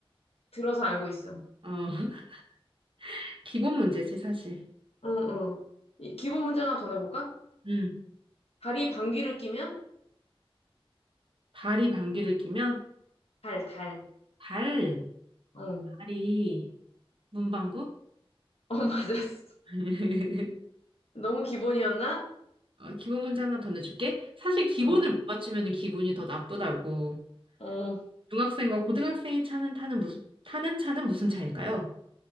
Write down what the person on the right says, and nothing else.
어, <laughs> 기본 문제지, 사실.
음,
발이 방귀를 뀌면?
발,
발이 문방구?
<laughs>
어, 기본 문제 하나 더 내줄게. 사실 기본을
못 맞추면 기분이 더 나쁘다고.
중학생과 고등학생이 차는 타는 무슨, 타는 차는 무슨 차일까요?